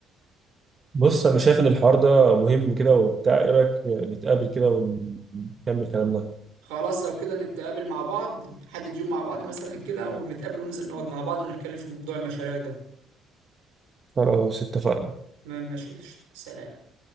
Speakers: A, on the right; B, on the right.
A: بص انا شايف ان الحوار ده مهم كده وبتاع ايه رايك نتقابل كده ونكمل كلامنا
B: خلاص لو كده نتقابل مع بعض نحدد يوم مع بعض مثلا كده ونتقابل وننزل نقعد مع بعض ونتكلم في موضوع المشاريع ده
A: خلاص اتفقنا
B: تمام ماشي قشطة سلام